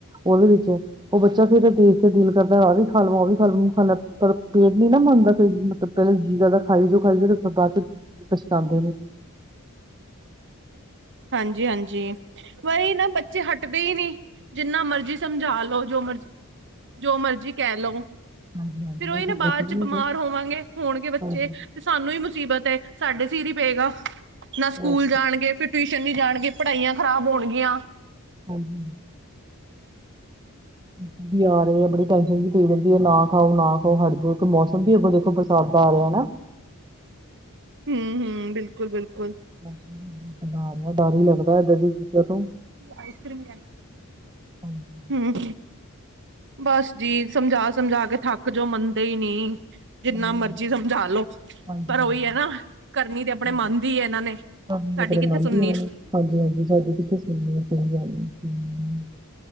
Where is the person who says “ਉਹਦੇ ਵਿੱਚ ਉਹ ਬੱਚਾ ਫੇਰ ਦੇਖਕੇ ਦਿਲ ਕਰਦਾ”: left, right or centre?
Right